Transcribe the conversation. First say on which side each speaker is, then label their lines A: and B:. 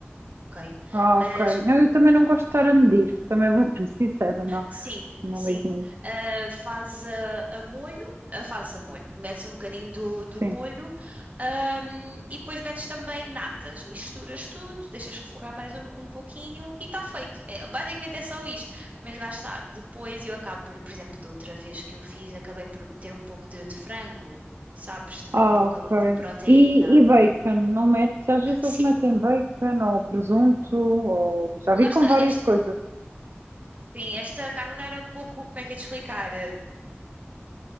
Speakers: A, on the right; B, on the right.
A: ok?
B: Ah,
A: Mas
B: ok. Não, eu também não gosto de estar a medir, também vou ser <laughs> sincera, não.
A: Sim,
B: Não
A: sim.
B: ligo muito.
A: Ah, faz ah, a, molho, ah, fazes a molho, metes um bocadinho do, do
B: Sim.
A: molho, ahm, e depois metes também natas, misturas tudo, deixas refogar mais um, um pouquinho e está feito. É, basicamente é só isto. Mas lá está, depois eu acabo por, por exemplo, da outra vez que eu fiz, acabei por meter um pouco de, de frango, sabes? Também
B: Ah,
A: um pouco
B: ok.
A: ali de proteína.
B: E, e bacon, não metes? Às vezes
A: Sim,
B: eles metem bacon ou presunto, ou já
A: lá
B: vi com
A: está,
B: várias
A: este-
B: coisas.
A: Sim, esta carbonara é um pouco, como é que é de explicar?